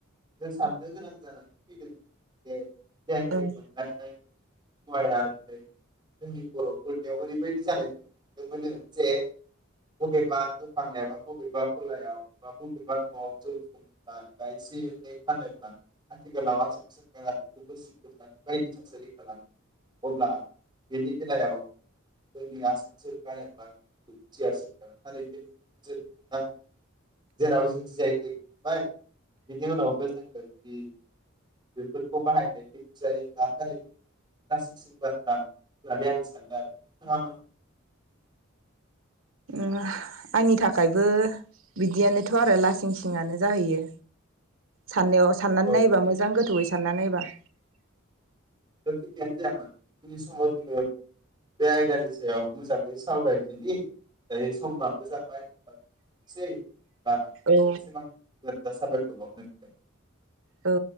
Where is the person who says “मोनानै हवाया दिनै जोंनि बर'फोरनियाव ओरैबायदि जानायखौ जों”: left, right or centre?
Right